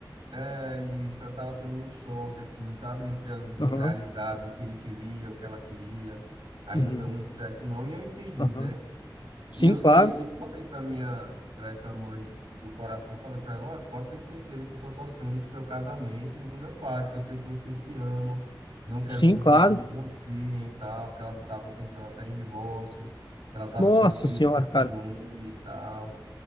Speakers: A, on the right; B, on the left.
A: É isso, eu tava tendo muito choque, assim, sabe, entre as duas
B: Aham,
A: realidades, o que ele queria, o que ela queria. Aí
B: uhum,
A: não deu muito certo, não, e eu entendi,
B: aham.
A: né?
B: Sim,
A: E eu sei,
B: claro.
A: e eu falei pra minha, pra essa mãe de- do coração, eu falei pra ela, ó, pode ter certeza que eu tô torcendo pro seu casamento e do meu pai, porque eu sei que vocês se amam, não quero
B: Sim,
A: que vocês
B: claro.
A: se divorciem e tal, porque ela tava pensando até em divórcio, que ela tava
B: Nossa
A: tendo crise
B: senhora,
A: de ciúme
B: cara.
A: e tal.